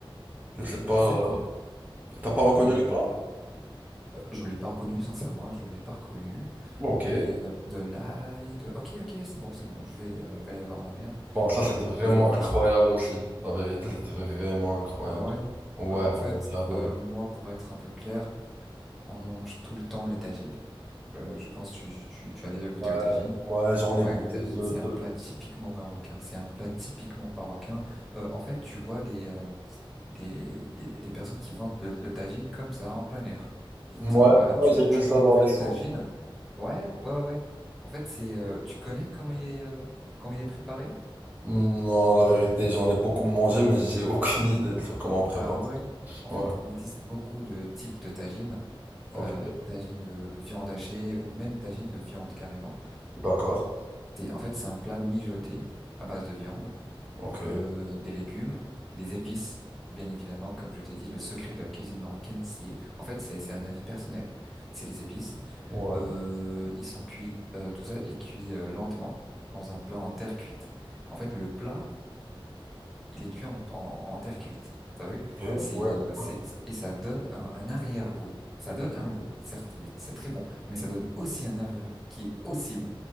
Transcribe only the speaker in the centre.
d'accord.
Euh,
Je l'ai pas reconnu, sincèrement, je l'ai pas reconnu.
Mais euh, de là et de... Ok, ok, c'est bon, c'est bon. Je vais, euh, je vais aller voir ma mère.
Je vais lui
poser la question.
Ah ouais?
Euh, en fait,
euh, moi, pour être un peu clair, on mange tout le temps les tagines. Euh, je pense que tu, tu, tu as déjà goûté
aux tagines.
Ouais,
les tagines,
c'est un
plat typiquement marocain. C'est un plat typiquement marocain. Euh, en fait, tu vois des, euh, des, des, des des personnes qui vendent le, le tagine comme ça, en plein air. Ils
te, voilà,
tu,
tu
peux manger
le
tagine. Ouais, ouais, ouais, ouais. En fait, c'est, euh, tu connais comment il est, euh, comment il est préparé?
Ah ouais. En fait,
il existe beaucoup de types de tagines,
euh, tagine de viande hachée ou même tagine de viande carrément.
C'est, en fait, c'est un plat mijoté à base de viande,
euh, des légumes, des épices. Bien évidemment, comme je t'ai dit, le secret de la cuisine marocaine, c'est, en fait, c'est, c'est un avis personnel. C'est les épices.
Euh, ils sont cuits, euh, tout ça est cuit euh, lentement dans un plat en terre cuite. En fait, le plat il est cuit en, en- en terre cuite. T'as vu?
C'est,
euh, c'est,
et ça donne un, un arrière-goût. Ça donne un goût, certes, il est, c'est très bon, mais ça donne aussi un arrière-goût qui est aussi bon.